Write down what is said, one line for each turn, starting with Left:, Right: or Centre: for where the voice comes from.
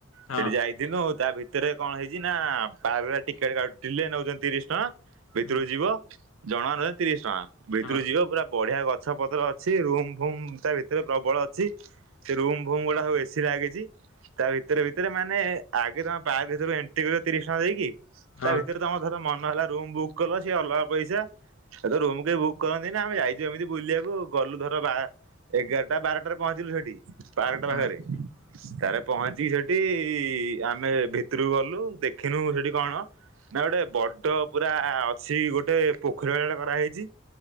Left: ହଁ
Right: ସେଠି ଯାଇଥିଲୁ ତା ଭିତରେ କଣ ହେଇଚି ନା। ପାର୍କ ଟା ଟିକେଲ କାଟିଲେ ନେଉଚ ହଁ ଭିତରକୁ
Left: ହୁଁ
Right: ଯିବ ଜଣ ରେ ତିରିଶ ଟଙ୍କା। ଭିତରୁ
Left: ହଁ
Right: ଯିବ ପୁରା ବଢିଆ ଗଛ ପତ୍ର ଅଛି ରୁମ ଫୁମ ତା ଭିତରେ ପ୍ରବଳ । ଛି ସେ ରୁମ ଫୁମ ଗୁଡା ସବୁ ଏସି ଲାଗିଚି ତା ଭିତରେ ଭିତରେ ମାନେ ଆଗେ ତମେ ପାର୍କ ଭିତକୁ ଏଣ୍ଟ୍ରି କରିବ ତିରିଶ ଟଙ୍କା ଦେଇକି।
Left: ହଁ
Right: ତା ଭିତରେ ତମ ଧର ମ ହେଲା ରୁମ୍ ବୁକ୍ କଲ ସିଏ ଅଲଗା ପଇସା ସେ ତ ରୁମ କେହି ବୁକ୍ କରନ୍ତି ନା ଆମେ ଯାଇଚୁ ଏମିତି ବୁଲିବାକୁ ଗଲୁ ଧର ବା ଏଗାରଟା ବାରଟା। ଟାରେ ରେ ପହଞ୍ଚିଲୁ ସେଠି ବାରଟା
Left: ହଁ
Right: ପାଖରେ। କାରେ ପହଞ୍ଚିକି ସେଠି ଆମେ ଭିତରକୁ ଗଲୁ ଦେଖିନୁ ସେଠି କଣ ନା ଗୋଟେ ବ ଡ ପୁରା ଅଛି ଗୋଟେ ପୋଖରୀ ଭଳିଆଟେ କରାହେଇଚି